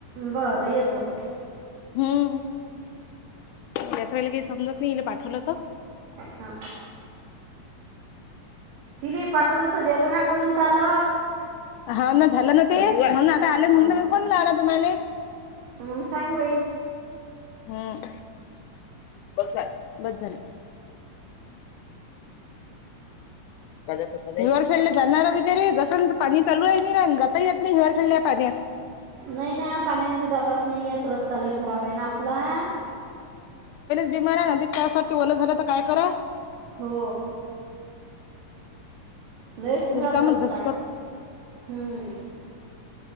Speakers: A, on the right; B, on the left.
A: बर यदो
B: हम्म यातला काही समजत नाही इला पाठवलं तर
A: हा तिलाही पाठवलाच दिलं ना करून आलं
B: <unintelligible> हा ना झालं ना ते म्हणून आता आले म्हणून
A: हं.
B: मी फोन लावला तुम्हाला
A: मग सांग बाई
B: हम् बस बस झाली कता हिर खेळडला जाणार वििचारे जसल तर पाणी चालू आहे नाही ना जाता येत नाही हिर खेळड पाण्यात
A: नाही ना पाण्यांद जात अस स्नेयत रस्ताला खराब आहे ना आपला
B: म नदीत काय ओलं झालं तर काय करा
A: हो लस खराप
B: रिकाम
A: रस्ता
B: धसकट
A: हम्म